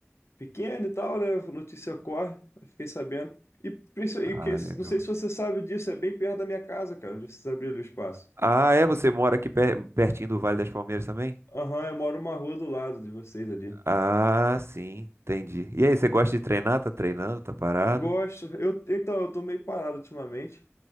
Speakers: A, on the left (about 70°); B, on the right (about 65°).
A: pequena e tal, né? Notícia corre, eu fiquei sabendo. E, princi- e
B: Ah,
A: que,
B: legal.
A: não sei se você sabe disso, é bem perto da minha casa, cara, onde vocês abriram o espaço.
B: Ah, é? Você mora aqui per- pertinho do Vale das Palmeiras também?
A: Aham, eu moro uma rua do lado de vocês ali.
B: Ah, sim, entendi. E aí, você gosta
A: Maneiro.
B: de treinar? Tá treinando? Tá parado?
A: Gosto. Eu, então, eu tô meio parado ultimamente,